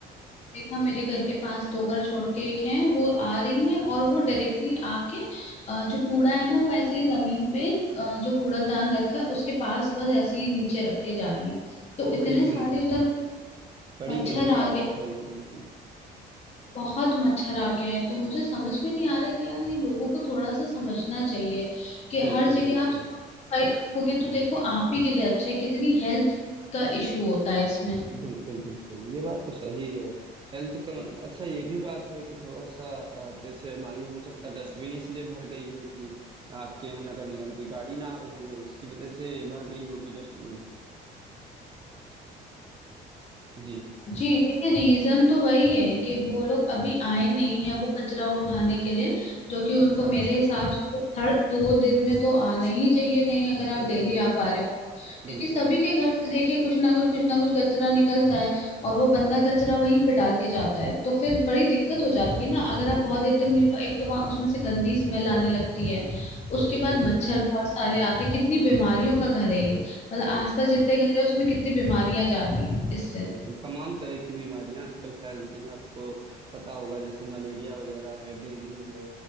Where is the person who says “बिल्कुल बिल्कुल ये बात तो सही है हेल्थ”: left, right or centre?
Right